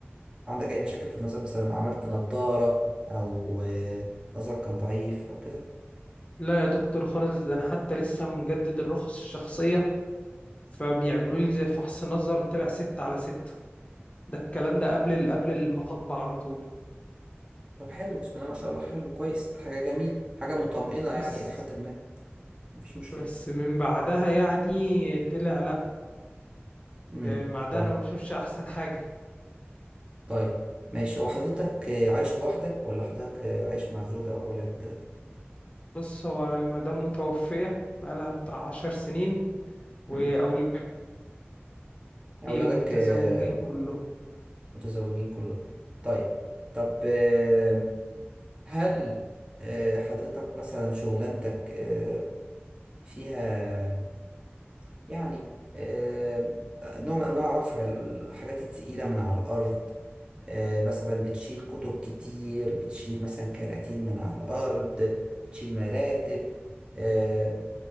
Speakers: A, on the right; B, on the left.
A: عندك اي مشاكل في النظر مثلا عملت نضارة او آه، نظر كان ضعيف او كده
B: لا يا دكتور خالص ده انا حتى لسه مجدد الرخص الشخصيه فبيعملوا لي زي فحص نظر طلع ستة على ستة ده الكلام ده قبل ال- قبل المطب على طول
A: طب حلو بسم الله ما شاء الله حلو كويس حاجة جميل حاجة
B: ب-
A: مطمئنة يعني
B: بس
A: إلى حد ما مفيش مشكلة
B: بس من بعدها يعني طلع
A: امم
B: آه، بعدها
A: طيب
B: انا ما بشوفش احسن حاجه
A: طيب ماشي هو حضرتك آه، عايش لوحدك ولا حضرتك آه، عايش مع زوجة وأولاد وكده
B: بص هو المدام متوفيه بقالها بتاع عشر سنين واولادي
A: امم أولادك
B: متزوجين
A: آه،
B: كلهم
A: متزوجين كلهم طيب طب آه، هل آه، حضرتك مثلا شغلانتك آه، فيها يعني آه، نوع من أنواع رفع الحاجات التقيلة من على الأرض آه، مثلا بتشيل كتب كتير بتشيل مثلا كراتين من على الأرض بتشيل مراتب آه،